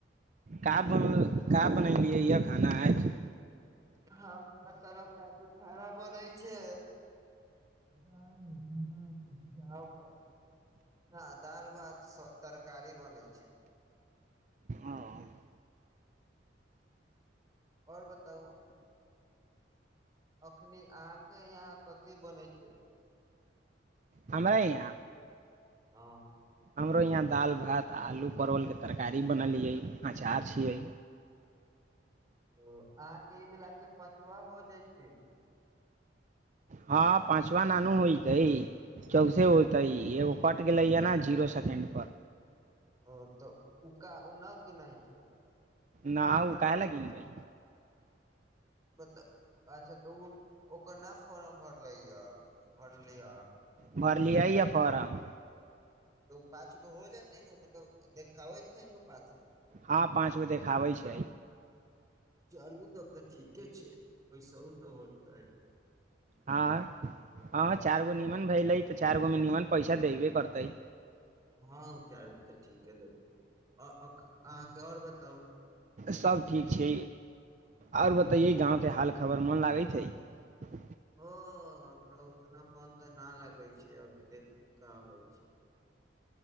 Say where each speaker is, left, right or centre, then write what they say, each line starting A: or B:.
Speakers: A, on the right; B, on the right.
A: का
B: बताउ
A: बन क बनेलियै यह खाना आज
B: हँ रहता द खराब हो दै छै दाल भात चावल न दाल भात तरकारी बनेै छै
A: हमरा
B: आओर बताउ अखनी अहाँके यहाँ कथि बनै छै
A: हमरा ह यह
B: हँ
A: हमरो यहाँ दालि भात आ आलू परोलके तरकारी बनलियै अचार छियै
B: ओ अहाँके ई मिल के प सुबह हो जाइ छै
A: हँ पाँचवा नानू होई है चौसे होतै एगो पट गेलै य ने जीरो सेकेंड पर
B: ओ तऽ क ओ न गिनाै छै क
A: ना ओ काहे का गिनवए
B: मतलब अच्छा तऽ ओ ओकर न फॉर्म भरले य भरलिय
A: भर लियाइ या फार्म
B: तऽ ओ पाँच गो हो जेतै ने मतलब देखाबै छै ने पाँच गो
A: हँ पाँच गो देखाबै छै
B: चलू तब तऽ ठीके छै ओैसहु तऽ होत ह
A: हँ हँ चार गो नीमन भेले तऽ चार गो मे नीमन पैसा पैसा दैवे करतइ
B: हँ ओ चारि गो तऽ ठीके देलै अहाँके आओर बताउ
A: सब ठीक छै आऔर बताेये गाँंव के हाल खबर मन लागे छै छै
B: ह हमरा उतना मन तऽ नहि लागै छै अभी देखू का होइ छै